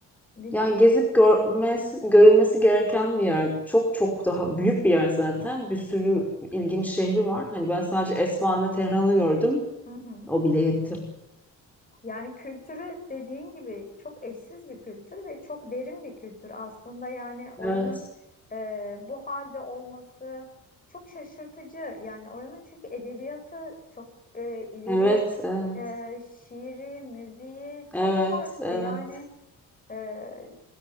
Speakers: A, on the left; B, in the centre.
A: Bir
B: Yani
A: de
B: gezip görmesi, görülmesi gereken bir yer. Çok çok daha büyük bir yer zaten. Bir sürü ilginç şehri var. Hani ben sadece Esfahan'la Tehran'ı gördüm.
A: hı hı.
B: O bile yetti.
A: Yani kültürü dediğin gibi çok eşsiz bir kültür ve çok derin bir kültür. Aslında yani oranın
B: Evet.
A: e, bu halde olması çok şaşırtıcı. Yani oranın çünkü edebiyatı çok e, ileri,
B: Evet, evet.
A: e, şiiri, müziği çok
B: Evet,
A: farklı.
B: evet.
A: Yani ee,